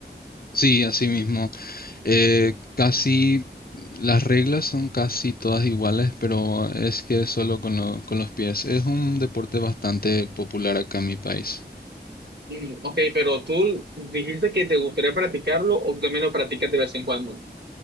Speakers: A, on the left; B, on the right.
A: Sí, así mismo. eh, casi las reglas son casi todas iguales, pero es que es solo con, lo- con los pies. Es un deporte bastante popular acá en mi país.
B: Mm, ok, pero tú dijiste que te gustaría practicarlo o tú también lo practicas de vez en cuando.